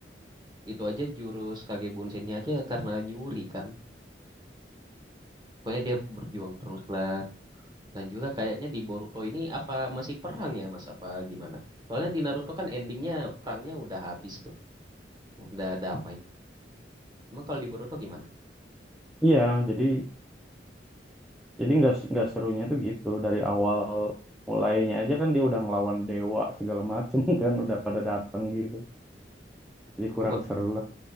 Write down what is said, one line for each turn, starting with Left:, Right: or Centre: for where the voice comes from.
Right: itu aja jurus Kage Bunshin-nya aja karena nyuri kan. Pokoknya dia berjuang terus lah. Dan juga kayaknya di Boruto ini apa masih perang ya Mas apa gimana? Soalnya di Naruto kan endingnya perangnya udah habis tuh. Udah damai. Emang kalau di Boruto gimana?
Centre: iya jadi Jadi nggak nggak serunya tuh gitu dari awal mulainya aja kan dia udah ngelawan dewa segala macem <laughs> kan udah pada dateng gitu. Jadi kurang
Right: Oh,
Centre: seru lah.